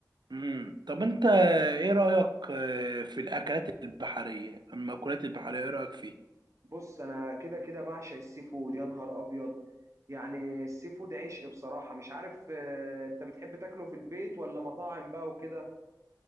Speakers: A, on the right (about 85°); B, on the right (about 45°).
A: امم طب انت ايه رأيك آه، في الاكلات البحرية المأكولات البحرية ايه رأيك فيه
B: بص أنا كده كده بعشق السي فود يا نهار أبيض يعني السي فود عشق بصراحة مش عارف آه، أنت بتحب تاكله في البيت ولا مطاعم بقى وكده